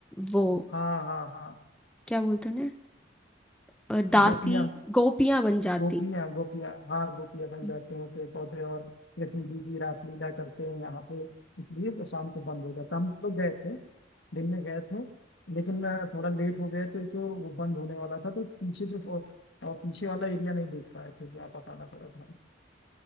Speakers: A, in the centre; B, on the left.
A: वो
B: हाँ हाँ हाँ
A: क्या बोलते हैं ना दासी
B: गोपियाँ
A: गोपियां बन जाती
B: गोपियाँ गोपियाँ हाँ गोपियाँ बन
A: हम्म।
B: जाती हैं पेड़ पौधे और कृष्ण जी की रासलीला करते हैं यहाँ पे इसलिए वो शाम को बंद हो जाता हम लोग गए थे दिन में गए थे लेकिन आ, थोड़ा लेट हो गए तो तो वो बंद होने वाला था तो पीछे जो और पीछे वाला एरिया नहीं देख पाए थे जो आप बताना पड़ा था